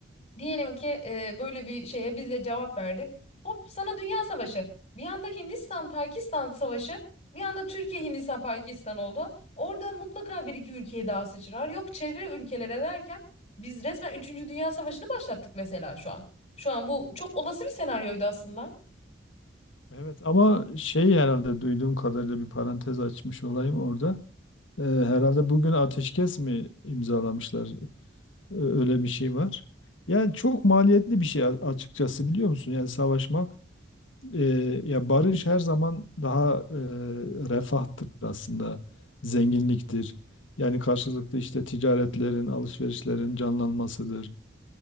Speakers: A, on the left; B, on the left.
A: Diyelim ki e, böyle bir şeye biz de cevap verdik. Hop sana Dünya Savaşı. Bir anda Hindistan-Pakistan Savaşı, bir anda Türkiye-Hindistan-Pakistan oldu. Oradan mutlaka bir iki ülkeye daha sıçrar. Yok çevre ülkelere derken biz resmen üçüncü Dünya Savaşı'nı başlattık mesela şu an. Şu an bu çok olası bir senaryoydu aslında.
B: Evet ama şey herhalde duyduğum kadarıyla bir parantez açmış olayım orada. E, herhalde bugün ateşkes mi imzalamışlar? Ö- Öyle bir şey var. Yani çok maliyetli bir şey a- açıkçası biliyor musun? Yani savaşmak. E, ya barış her zaman daha e, refahtır aslında, zenginliktir. Yani karşılıklı işte ticaretlerin, alışverişlerin canlanmasıdır.